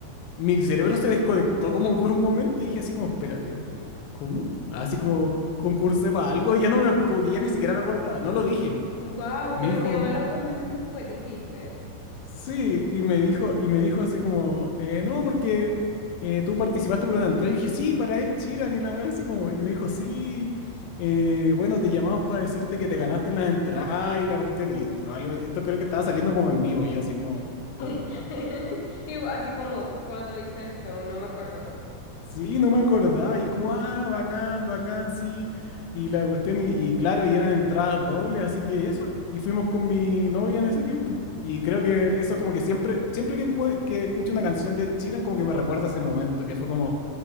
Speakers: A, on the left; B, on the left.
A: mi cerebro se desconectó como por un momento y dije así como, espérate, ¿cómo? Así como, concursé para algo, ya no me, como que ya ni siquiera me acordaba, no lo dije.
B: Wow, pero
A: Y me dijo,
B: te llamaron dos meses después, dijiste.
A: Sí, y me dijo, y me dijo así como, eh, no, porque eh, tú participaste por una entrada. Y dije, sí, para Ed Sheeran y la weá, así como, y me dijo, sí, eh, bueno, te llamamos para decirte que te ganaste en la entrada y la cuestión. Y probablemente, esto creo que estaba saliendo como en vivo, y yo así como,
B: <laughs>
A: ¿cómo? Ah".
B: Y así como cuando hice esto, no me acuerdo.
A: Sí, no me acordaba. Y es como, ah, bacán, bacán, sí. Y la cuestión, y, y claro, y eran entradas dobles, así que eso. Y fuimos con mi novia en ese tiempo. Y creo que eso como que siempre, siempre que, cu- que escucho una canción de Chiran, como que me recuerda ese momento, que fue como,